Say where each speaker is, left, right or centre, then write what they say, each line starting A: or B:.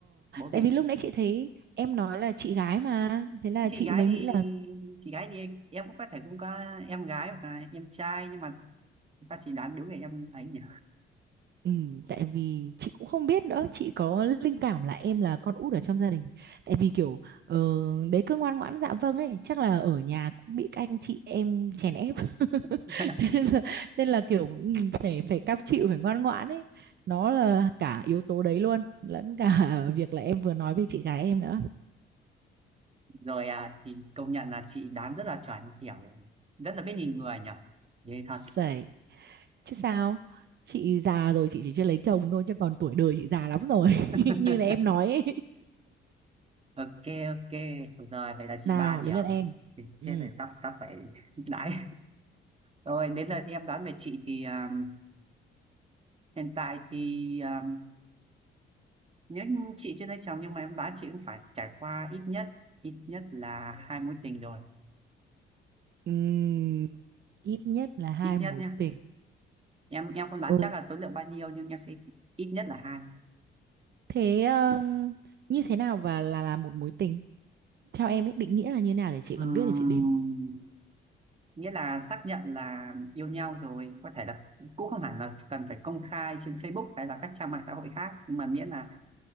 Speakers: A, on the right (about 30°); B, on the right (about 60°).
A: bố
B: tại
A: mẹ
B: vì lúc nãy chị thấy em nói là chị gái mà, thế là
A: Nhưng
B: chị
A: chị gái
B: mới
A: thì
B: nghĩ
A: chị gái thì em, em cũng có thể cũng có em gái hoặc là em trai nhưng mà người ta chỉ đoán đúng về em ấy nhỉ
B: Ừ, tại vì chị cũng không biết nữa chị có linh cảm là em là con út ở trong gia đình tại vì kiểu ờ, đấy cứ ngoan ngoãn dạ vâng ấy chắc là ở nhà cũng bị các anh chị em chèn ép <laughs>
A: <laughs>
B: nên là, nên là kiểu ừ, phải phải cam chịu phải ngoan ngoãn ấy nó là cả yếu tố đấy luôn lẫn cả <laughs> việc là em vừa nói về chị gái em nữa
A: rồi à, thì công nhận là chị đoán rất là chuẩn kiểu rất là biết nhìn người nhỉ thế thật
B: Sẩy. chứ sao chị già rồi chị chỉ chưa lấy chồng thôi chứ còn tuổi đời chị già lắm rồi
A: <laughs>
B: <laughs> như là em nói ấy
A: ok ok rồi vậy là chị
B: nào
A: ba điểm
B: đến lượt em
A: thì chết
B: ừ
A: rồi sắp sắp phải <laughs> đãi rồi đến lượt em đoán về chị thì um, hiện tại thì um, nếu như chị chưa lấy chồng nhưng mà em đoán chị cũng phải trải qua ít nhất ít nhất là hai mối tình rồi
B: Ừm, ít nhất là hai
A: ít nhất
B: mối
A: nhé,
B: tình.
A: em em không đoán
B: Ừ.
A: chắc là số lượng bao nhiêu nhưng em sẽ ít nhất là hai
B: Thế ừm, như thế nào và là là một mối tình? Theo em ấy định nghĩa là như thế nào để chị
A: Ừm,
B: còn biết để chị đếm.
A: nghĩa là xác nhận là yêu nhau rồi có thể là cũng không hẳn là cần phải công khai trên Facebook hay là các trang mạng xã hội khác nhưng mà miễn là